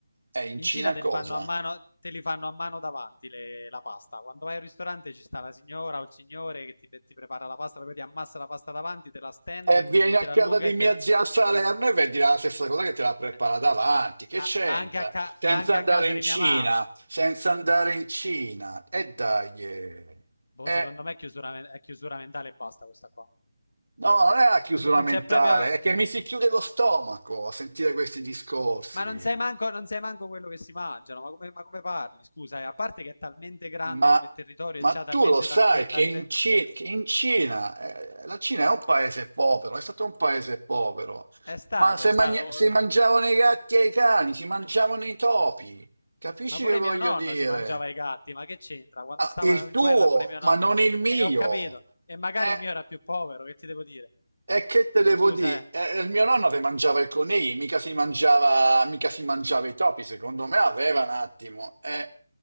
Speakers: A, on the right; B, on the left.
A: È in
B: in
A: Cina
B: Cina te
A: cosa?
B: li fanno a mano, te li fanno a mano davanti le- la pasta. Quando vai al ristorante ci sta la signora o il signore che ti, ti prepara la pasta, proprio ti ammassa la pasta davanti, te la stende,
A: E vieni a
B: te la
A: casa
B: allunga
A: di
B: e
A: mia
B: te la...
A: zia a Salerno e vedi la stessa cosa che te la prepara
B: Eh,
A: davanti.
B: a-
A: Che
B: a-
A: c'entra?
B: anche, a ca-
A: Senza
B: anche
A: andare
B: a casa
A: in
B: di
A: Cina,
B: mia mamma.
A: senza andare in Cina. E dai. eh.
B: Boh,
A: Eh,
B: secondo me è chiusura, men- è chiusura mentale e basta questa qua.
A: no, non è la chiusura
B: Non, non
A: mentale,
B: c'è proprio...
A: è che mi si chiude lo stomaco a sentire questi discorsi.
B: Ma non sai manco, non sai manco quello che si mangiano, ma come, ma come parli? Scusa, eh, a parte che è talmente grande
A: Ma,
B: come territorio
A: ma
B: e c'ha talmente
A: tu lo sai
B: tante,
A: che
B: tante...
A: in, Ci- che in Cina, eh, la Cina è un paese povero, è stato un paese povero,
B: È stato,
A: ma se,
B: è stato...
A: magna-
B: oh,
A: si mangiavano i gatti e i cani, si mangiavano i topi, capisci
B: Ma pure
A: che voglio
B: mio nonno
A: dire?
B: si mangiava i gatti, ma che c'entra? Quando
A: Ah,
B: stavano
A: il
B: in
A: tuo,
B: guerra pure mio nonno...
A: ma non il mio.
B: Eh, ho capito. E magari
A: Eh,
B: il mio era più povero, che ti devo dire?
A: e che te devo
B: Scusa,
A: dire?
B: eh.
A: Eh, il mio nonno si mangiava i conigli, mica si mangiava, mica si mangiava i topi, secondo me aveva un attimo. eh.